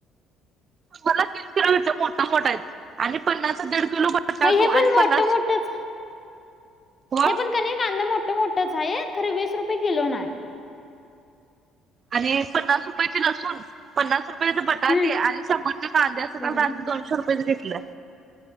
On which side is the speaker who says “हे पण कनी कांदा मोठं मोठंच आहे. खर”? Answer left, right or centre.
Left